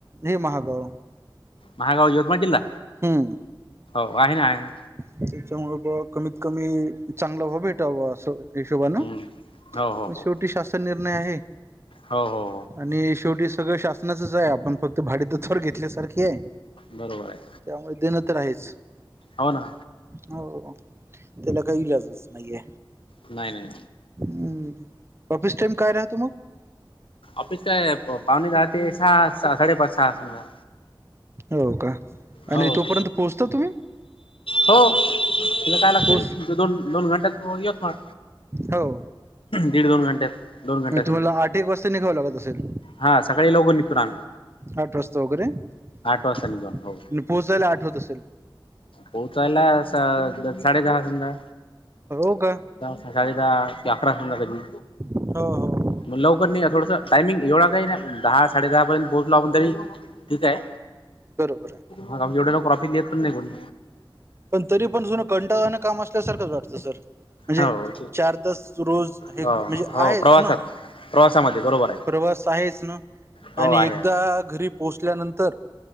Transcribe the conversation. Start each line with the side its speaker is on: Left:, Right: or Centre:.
Right: हे महागाव
Left: महागाव यवतमाळ जिल्हा
Right: हम्म
Left: हो आहे ना आहे ना
Right: त्याच्यामुळे बा कमीत कमी चांगला व भेटावं असं हिशोबाान
Left: हम्म.
Right: पण
Left: हो हो हो
Right: शेवटी शासन निर्णय आहे
Left: हो, हो
Right: आणि शेवटी सगळं शासनाचच आहे आपण फक्त भाडे तर थोर घेतल्यासारखी आहे
Left: बरोबर आहे
Right: त्यामुळे देणं तर आहेच
Left: हाव ना
Right: हो त्याला काहीइलाजच नाहीये
Left: नाही नाही.
Right: हम्म ऑफिस टाइम काय राह तु मग
Left: ऑफिस काय आहे पावणेदहा ते सहा, साडेपाच सहा समजा
Right: हो का आणि
Left: हो.
Right: तोपर्यंत पोहचता तुम्ही
Left: हो त्याला काय लागतय
Right: पोच
Left: दोन दोन घंट्यात यवतमाळ
Right: हो
Left: दीड दोन घंट्यात दोन घंट्या
Right: म
Left: समजा
Right: तुम्हाला आठ एक वाजता निघाव लागत असेल
Left: हा सकाळी लवकर निघतोना
Right: आठ वाजता वगैरे, नी
Left: वाजता निघून हो
Right: पोहोचायला आठ होत असेल.
Left: पोहचायला सं साडे दहा संधा
Right: हो का?
Left: सकाळी दहा अकरा संजा कधी.
Right: हो हो.
Left: मग लवकर निघा थोडस, टायमिंग एवढा काही नाही दहा साडे दहा पर्यंत पोहोचलो आपण तरी. ठीक आहे
Right: बरोबर आहे.
Left: मग आम्ही एवढे लव <unintelligible> लेत पण नाही कोणी
Right: पण तरी पण जुनं कंटाळवाण काम असल्यासारखंच वाटतं सर. म्हणजे
Left: हो
Right: चार तास रोज हेक
Left: हो
Right: म्हणजे
Left: हो
Right: आहेच
Left: प्रवासात
Right: ना.
Left: प्रवासामध्ये बरोबर आहे
Right: प्रवास आहेच न,
Left: हो
Right: आणि
Left: आहे
Right: एकदा
Left: आहे
Right: घरी पोचल्यानंतर